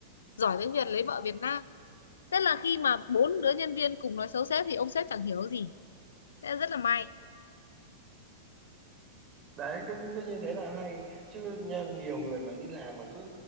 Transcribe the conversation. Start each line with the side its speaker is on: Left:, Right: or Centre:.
Left: giỏi tiếng Việt lấy vợ Việt Nam tức là khi mà bốn đứa nhân viên cùng nói xấu sếp thì ông sếp chẳng hiểu gì thế là rất là may
Right: đấy cứ cứ như thế là hay chứ nha, nhiều người mà đi làm mà cứ